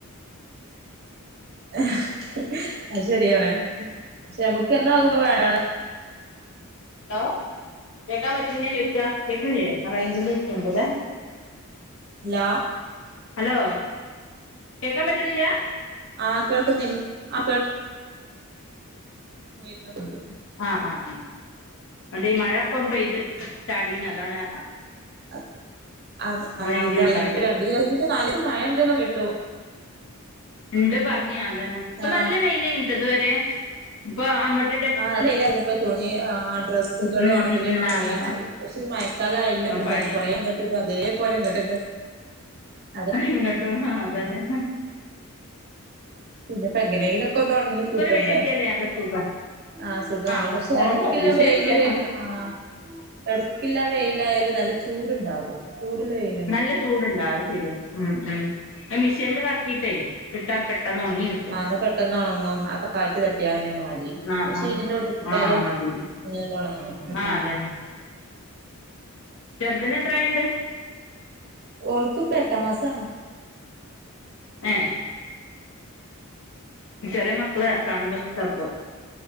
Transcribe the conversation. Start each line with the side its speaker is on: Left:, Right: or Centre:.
Right: ഹ് അത് ശരിയാണ് പക്ഷെ നമുക്ക് എന്നും ആകുമ്പോ ബേടാണ്
Left: ഹലോ കേക്കാൻ പറ്റുന്നില്ലേന്ന് ചോദിക്കുവാ കേക്കിണില്ലേ റേഞ്ചില് പ്രശ്നണ്ട് ഇല്ലേ
Right: ഹലോ
Left: ഹലോ കേക്കാൻ പറ്റിണില്ലാ
Right: ആ കേൾക്കുന്നി ആ <unintelligible>
Left: ആഹ് ആഹ് ആഹ് അതെ മഴയിപ്പം പെയ്ത് ചാടീന്ന് അതാണ്
Right: അ ആ
Left: റേഞ്ച്
Right: അതപ്പൊ
Left: കിട്ടാത്തെ
Right: രണ്ട് <unintelligible> നാല് മഴ ണ്ടന്ന് കേട്ടു
Left: ഇണ്ട് പറഞ് അത് തന്നെ ഇപ്പൊ
Right: ആ
Left: നല്ല വെയിലേനിട്ടോ ഇതുവരെ ഇപ്പൊ അങ്ങട്ട്-
Right: ആഹ് അയിലെ എറങ്ങി പോയി ആ തുണി ഡ്രസ്സുകൾ
Left: ഉം
Right: ഒണക്കില്
Left: ഉം ഉം
Right: ഇനി പണി
Left: അതന്നെ
Right: പക്ഷെ ഈ മഴ- കാലായാല്ല പ്രശ്നതാണ്
Left: പണി
Right: കൊറെേ അങ്ങോട്ട് ട അതേപോലെ ഇങ്ങോട്ട ട <unintelligible>
Left: ഇങ്ങട്ടും ആഹ് അത് തന്നെ
Right: പിന്നെ ഇപ്പ എങ്ങനെങ്കിലൊക്കൊന്ന് ഒണങ്ങി കിട്ടണ്ടേ
Left: വെയിലിട്ടിയാലേ നല്ല സുഖാ
Right: ആഹ് സുഖാണ്
Left: ഒണ
Right: പക്ഷെ
Left: ഒണങ്ങും
Right: എടയ്ക്ക് ഇല്ല
Left: വിഷയല്ല
Right: വെയില് വരുന്ന ആഹ് എടയ്ക്കില്ല വെയിലായാല് നല്ല ചൂടുണ്ടാകും ചൂടില്ല വെയി-
Left: നല്ല ചൂടുണ്ടാ അത് ശരിയാ ഉം ഉം അത് മിഷെനില് കറക്കിയിട്ടേ ഇട്ടാ പെട്ടന്ന് ഒണങ്ങി കി
Right: ആന്നാ പെട്ടെന്ന് ഒണങ്ങും ആക്കെ കാറ്റ് തട്ടിയാലന്നെ മതി പിന്നെ
Left: ആഹ് ആഹ്
Right: ഷീറ്റിന്റെ മണ്ടക്ക് ഇട്ടാലും-
Left: ആഹ് മതി
Right: ഇങ്ങനണ്ട് ഒണങ്ങും
Left: ആഹ്
Right: ഉം
Left: അതന്നെ ചെറുതിന് എത്രായ്ണ്ട്
Right: ഓൾക്ക് ഇപ്പ എട്ടാം മാസാണ്
Left: ഏഹ് ചെറിയ മക്കളെ കാണുമ്പോ ഇഷ്ട്ടാപ്പൊ